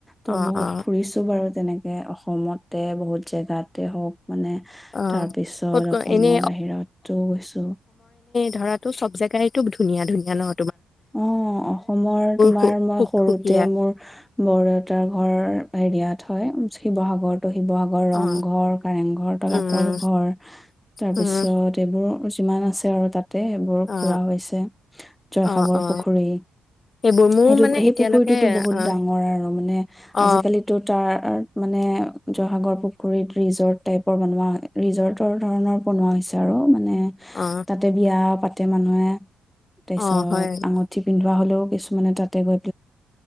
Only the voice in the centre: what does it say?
ত'
বহুত
ফুৰিছো বাৰু তেনেকৈ অসমতে বহুত জেগাতে হওক মানে
তাৰপিছত
অসমৰ
বাহিৰতো গৈছো
অ অসমৰ তোমাৰ
মই
সৰুতে
মোৰ বৰ দেউতাৰ ঘৰ হৰিয়াত হয় শিৱসাগৰ শিৱসাগৰ ৰংঘৰ
কাৰেংঘৰ তলাতল
ঘৰ তাৰপিছত
এইবোৰ যিমান আছে আৰু তাত সেইবোৰ
ফুৰা হৈছে জ
পুখুৰী
সেইটো
সেই
পুখুৰীটোতো বহুত
ডাঙৰ আৰু মানে
আজিকালি তাৰ মানে জহাগৰ পুখুৰীত ৰিজৰ্ট টাইপৰ বনোৱা হয় ৰিজৰ্টৰ ধৰণৰ বনোৱা হৈছে আৰু মান মান
তাতে বিয়া পাতি তাতে মানুহে তাৰ পিছত
আঙুঠি পিন্ধোৱা হলেও কিছু মানে তাতে গৈ